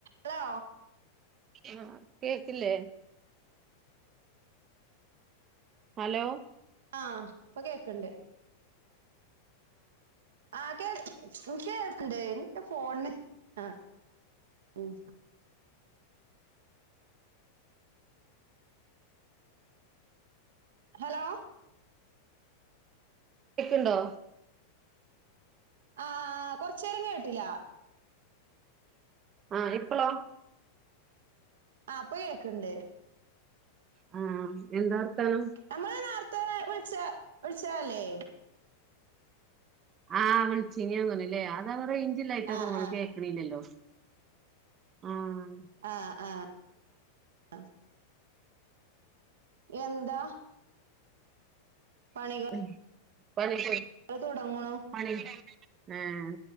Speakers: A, on the right; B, on the right.
A: Hello
B: ആഹ കേക്കില്ലേ hello
A: ആഹ ഇപ്പൊ കേക്കണ്ട് ആ കേക്ക് നിക്ക് കേക്ണ്ട് എന്റ ഫോണ് ആ ഉം ഹലോ
B: കേൾക്ക്ണ്ടോ?
A: ആഹ്, ആഹ് കൊർച്ചേരം കേട്ട്ല.
B: ആ, ഇപ്പളോ?
A: ആ ഇപ്പ കേൾക്ക്ണ്ട്.
B: ആ, എന്താ വർത്താനം?
A: നമ്മള് നേര്ത്തെ വിളിച്ച വിളിച്ചാല്ലേ?
B: ആ വിളിച്ചിനി തോന്ന്ണ്ല്ലേ അത അവ റേഞ്ച് ഇല്ലായിട്ട
A: ആ
B: തോന്ന്ണ്
A: ആ
B: കേ ക്ക്ണില്ലല്ലോ, ആഹ്
A: ആഹ്, ആഹ് അ എന്താ? പണികൾ
B: ഉം പണി ഒക്കെ
A: തുടങ്ങണു
B: പണി ഒക്കെ കഴിഞ്ഞോ? ആഹ്